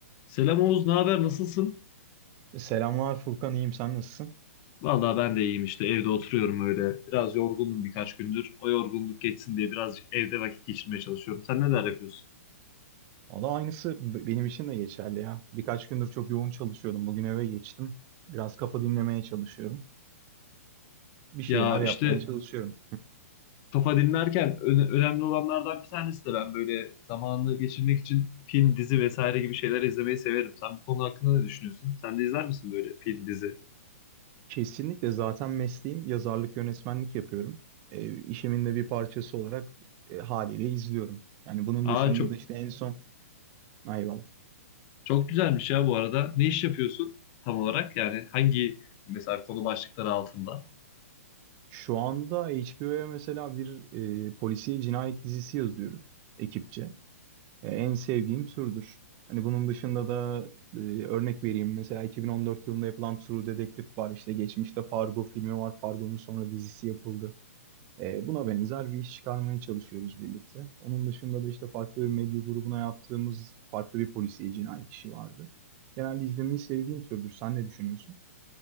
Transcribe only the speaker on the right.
Selamlar Furkan, iyiyim. Sen nasılsın?
Valla aynısı b- benim için de geçerli ya. Birkaç gündür çok yoğun çalışıyordum. Bugün eve geçtim. Biraz kafa dinlemeye çalışıyorum. Bir şeyler
yapmaya Hmm. çalışıyorum.
Kesinlikle zaten mesleğim yazarlık, yönetmenlik yapıyorum. E, işimin de bir parçası olarak e, haliyle izliyorum. Yani bunun
dışında
da işte en son... Eyvallah.
Şu anda HBO'ya mesela bir e, polisiye cinayet dizisi yazıyoruz ekipçe. E, en sevdiğim türdür. Hani bunun dışında da e, örnek vereyim. Mesela 2014 yılında yapılan True Detective var. İşte geçmişte Fargo filmi var. Fargo'nun sonra dizisi yapıldı. E, buna benzer bir iş çıkarmaya çalışıyoruz birlikte. Onun dışında da işte farklı bir medya grubuna yaptığımız farklı bir polisiye cinayet işi vardı. Genelde izlemeyi sevdiğim türdür. Sen ne düşünüyorsun?